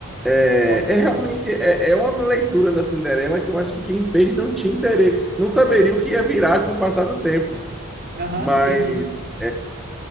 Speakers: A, in the centre; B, on the right.
A: É,
B: Bacana.
A: é realmente é, é uma leitura da Cinderela que eu acho que quem fez não tinha interesse, não saberia o que ia virar com o passar do tempo.
B: Aham,
A: Mas
B: entendi.